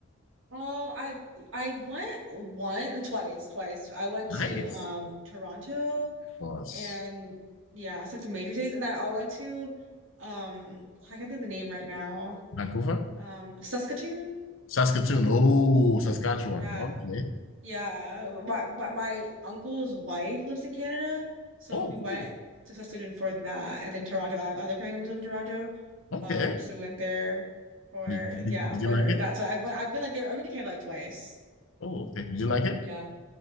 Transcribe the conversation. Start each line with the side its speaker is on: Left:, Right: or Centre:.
Right: Oh, I've I went one twice, twice. I went
Left: Nice.
Right: to um Toronto
Left: Plus
Right: and yeah, it's like the major cities. And I, I went to um I can't think of the name right now.
Left: Vancouver,
Right: Um Saskatoon,
Left: Saskatoon.
Right: I think.
Left: Oh, Saskatchewan.
Right: Yeah.
Left: Okay.
Right: Yeah. My my, my uncle's wife lives in Canada, so
Left: Oh,
Right: we went
Left: cool.
Right: to Saskatoon for that. And then Toronto. I have other family members live in Toronto.
Left: Okay.
Right: Um, so we went there for
Left: Did, did,
Right: yeah,
Left: did
Right: for
Left: you like it?
Right: that. So I've I've been like there, I've been to Canada like twice.
Left: Oh, okay. Did you like it?
Right: Yeah.